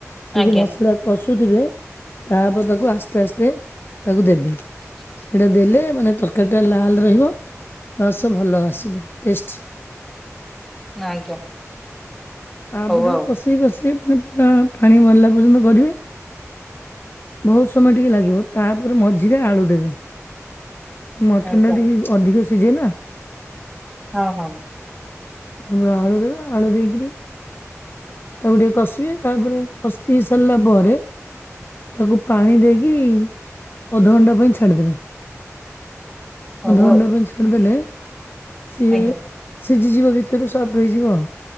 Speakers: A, on the left; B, in the centre.
A: ସେଇ
B: ଆଜ୍ଞା
A: ଯୋଉ ମସଲା କଷୁଥିବେ ତାପରେ ତାକୁ ଆସ୍ତେ ଆସ୍ତେ ତାକୁ ଦେବେ।
B: ହୁଁ
A: ସେଇଟା ଦେଲେ ମାନେ ତରକାରୀଟା ଲାଲ ରହିବ ପ୍ଲସ ଭଲ ଆସିବ ଟେଷ୍ଟ।
B: ଆଜ୍ଞା।
A: ତା
B: ହଉ
A: ପରେ ତାକୁ
B: ଆଉ
A: କସି କସିି ମାନେ ପୁରା ପାଣି ମରିଲା ପର୍ଯ୍ୟନ୍ତ କରିବେ ବହୁତ ସମୟ ଟିକେ ଲାଗିବ। ତାପରେ ମଝିରେ ଆଳୁ ଦେବେ। ମଟନ
B: ଆଜ୍ଞା
A: ଟା ଟିକେ ଅଧିକ ସିଝେ ନା।
B: ହଁ ହଁ
A: ତାପରେ ଆଳୁ ଦେବେ ଆଳୁ ଦେଇକିରି ତାକୁ ଟିକେ କଷିବେ ତାପରେ କଷି ହେଇ ସାରିଲା ପରେ ତାକୁ ପାଣି ଦେଇକି ଅଧଘଣ୍ଟା ପାଇଁ ଛାଡ଼ିଦେବେ।
B: ହଉ
A: ଅଧଘଣ୍ଟା
B: ଆଉ
A: ପାଇଁ ଛାଡିଦେଲେ ସିଏ
B: ଆଜ୍ଞା
A: ସିଝିଯିବ ଭିତରୁ ସଫ୍ଟ ହେଇଯିବ।